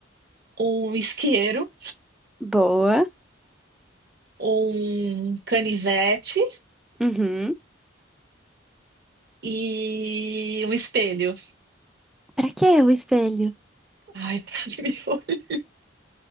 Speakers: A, on the right (about 55°); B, in the centre.
A: um isqueiro,
B: Boa.
A: um canivete
B: Uhum.
A: e um espelho.
B: Pra que o espelho?
A: Ai, <laughs> para me